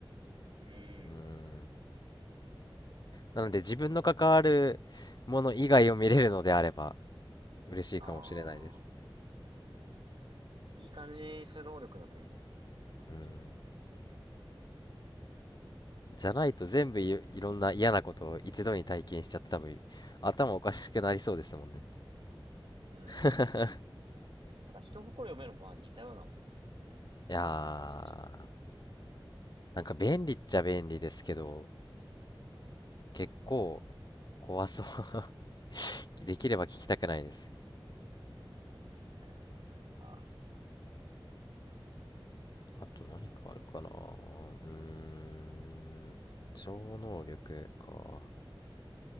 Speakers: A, on the right (about 70°); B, on the left (about 50°).
A: うん。
B: うーん。なので自分の関わるもの以外を見れるのであれば嬉しいかもしれないです。
A: ああ。いい感じにそういう能力だといいですね。
B: うん。
A: ちょ
B: じゃないと全部い、いろんな嫌なことを一度に体験しちゃって多分頭おかしくなりそうですもんね。
A: うど。うん。
B: <laughs>
A: そうですね。なんか人心読めるもまあ似たようなもんですよね。なんか、
B: いやー。
A: 内心違う。
B: なんか便利っちゃ便利ですけど、結構怖そう。<laughs> できれば聞きたくないです。
A: うん。そうですね。なかなか、
B: あと何かあるかなうーん、超能力か。